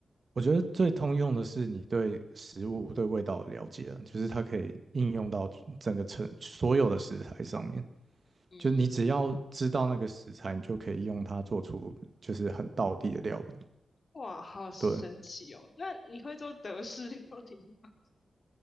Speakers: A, on the right; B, on the left.
A: 我觉得最通用的是你对食物、对味道的了解啊就是它可以应用到整个成所有的食材上面。
B: 嗯
A: 就是你只要知道那个食材，你就可以用它做出就是很道地的料理。
B: 哇，好神奇哦！
A: 对，
B: 那你会做德式料理吗